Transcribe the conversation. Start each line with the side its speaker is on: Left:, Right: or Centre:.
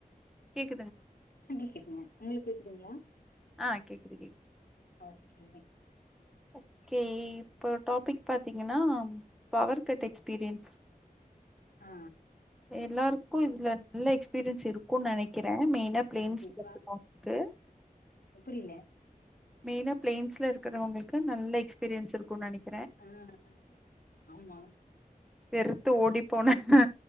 Centre: <inaudible>
Left: <unintelligible> கேக்குதுங்களா
Centre: ஆ கேக்குது கேக்குது
Left: ஓகே
Centre: ஓகே இப்ப டாபிக் பாத்தீங்கன்னா பவர் கட் எக்ஸ்பீரியன்ஸ்
Left: ஆ
Centre: எல்லாருக்கும்
Left: ஓ
Centre: இதுல நல்ல எக்ஸ்பிரியன்ஸ் பிரிஞ்ச்சிடு இருக்கும்னு நெனைக்கிறேன் மெயினா பிளேம்ஸ்
Left: கண்டிப்பா
Centre: போட்டு‌ பார எனக்கு
Left: புரியல
Centre: மெயின்னா பிளேம்ஸ்ல இருக்கிறவங்களுக்கு நல்ல எக்ஸ்பீரியன்ஸ் இருக்கும் நெனைக்கிறேன்
Left: ஆ ஹ ஆமா
Centre: வெறுத்து ஓடிப்போன ஆ